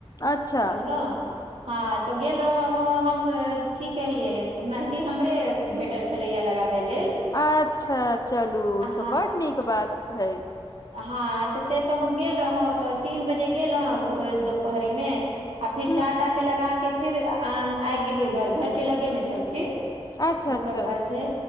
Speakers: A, on the left; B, on the right.
A: अच्छा
B: बुझलहुँ हँ तो गेल रहों हम की कहिए मेहन्दी हमरे भेटल छलैए लगाबे लेल
A: अच्छा चलू
B: हँ
A: ई तऽ बड नीक बात कहए
B: हँ तऽ से तऽ हम गेल रहौ तऽ तीन बजे गेलौं भ द पहरी मे आ फिर
A: ह
B: चार टा के लगा के फिर आबि गेलियै घर घर के लगे मे छलखिन
A: अच्छा
B: हुनकर
A: अच्छा
B: घर छै